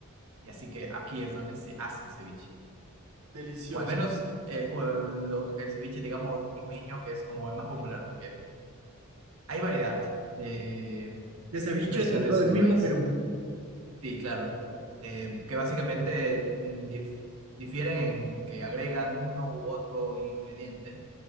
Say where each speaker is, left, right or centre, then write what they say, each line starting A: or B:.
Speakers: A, on the right; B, on the right.
A: y así que aquí es donde se hace el ceviche.
B: Delicioso.
A: o al menos eh, o el, los- el ceviche, digamos, limeño, que es como el más popular, porque hay variedad de
B: el ceviche
A: versiones
B: dentro del
A: en
B: mismo
A: el país.
B: Perú,
A: Sí, claro. Eh, que básicamente mm, dif- difieren en que agregan uno u otro ingrediente,